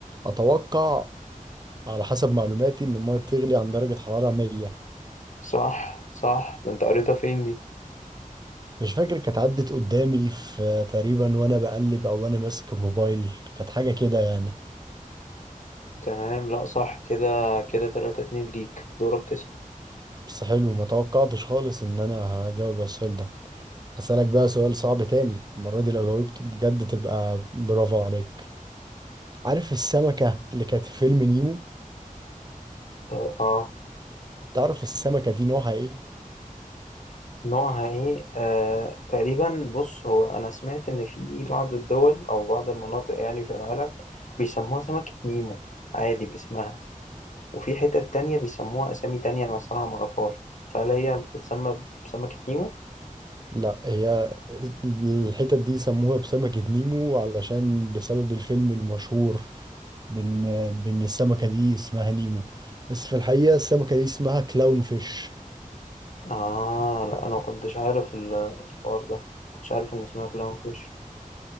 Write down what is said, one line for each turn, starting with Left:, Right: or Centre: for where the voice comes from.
Right: اتوقع على حسب معلوماتي ان المية بتغلي عند درجة حرارة 100
Left: صح صح ده انت قريتها فين دي
Right: مش فاكر كانت عدت قدامي في تقريبا وانا بقلب او وانا ماسك الموبايل كانت حاجة كده يعني
Left: تمام لا صح كده كده 3 2 ليك دورك تسال
Right: بس حلو ما توقعتش خالص ان انا هجاوب على السؤال ده هسألك بقى سؤال صعب تاني المرة دي لو جاوبته بجد تبقى برافو عليك عارف السمكة اللي كانت في فيلم نيمو
Left: اه آه.
Right: تعرف السمكة دي نوعها ايه؟
Left: نوعها ايه آه تقريبا بص هو انا سمعت ان في بعض الدول او بعض المناطق يعني في العالم بيسموها سمكة نيمو عادي باسمها وفي حتت تانية بيسموها أسامي تانية أنا الصراحة مغفار فهل هي بتتسمى بسمكة نيمو؟
Right: لا هي الحتت دي سموها بسمكة نيمو علشان بسبب الفيلم المشهور بان بان السمكة دي اسمها نيمو بس في الحقيقة السمكة دي اسمها كلاون فيش
Left: آه لا أنا ما كنتش عارف ال- الحوار ده كنتش عارف إن اسمها كلاون فيش